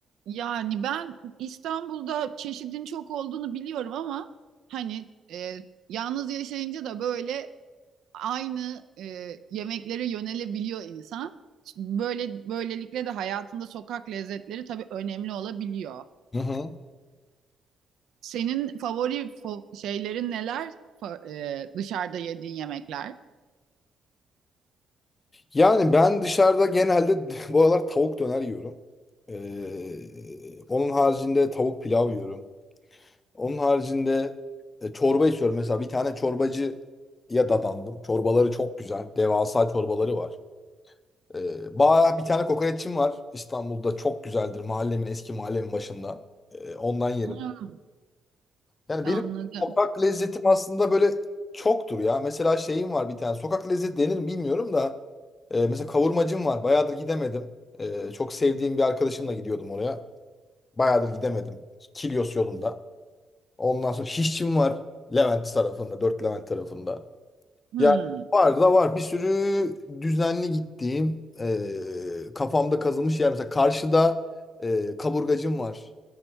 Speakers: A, on the right; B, on the left.
A: Yani ben İstanbul'da çeşidin çok olduğunu biliyorum ama hani e, yalnız yaşayınca da böyle aynı e, yemeklere yönelebiliyor insan. Böyle böylelikle de hayatında sokak lezzetleri tabii önemli olabiliyor.
B: Hı hı.
A: Senin favori fo- şeylerin neler? Fa- e, dışarıda yediğin yemekler.
B: Yani ben dışarıda genelde <laughs> bu aralar tavuk döner yiyorum. Ee, onun haricinde tavuk pilav yiyorum. Onun haricinde e, çorba içiyorum. Mesela bir tane çorbacıya dadandım. Çorbaları çok güzel. Devasa çorbaları var. Ee, ba- bir tane kokoreççim var İstanbul'da. Çok güzeldir. Mahallemin eski mahallemin başında. Ee, ondan yerim.
A: Hmm,
B: Yani
A: anladım.
B: benim sokak lezzetim aslında böyle çoktur ya. Mesela şeyim var bir tane. Sokak lezzeti denir mi bilmiyorum da. e, mesela kavurmacım var. Bayağıdır gidemedim. E, çok sevdiğim bir arkadaşımla gidiyordum oraya. Bayağıdır gidemedim. Kilyos yolunda. Ondan sonra şişçim var. Levent tarafında. Dört Levent tarafında.
A: Hmm,
B: Yani var da var. Bir sürü düzenli gittiğim e, kafamda kazılmış yer. Mesela karşıda e, kaburgacım var.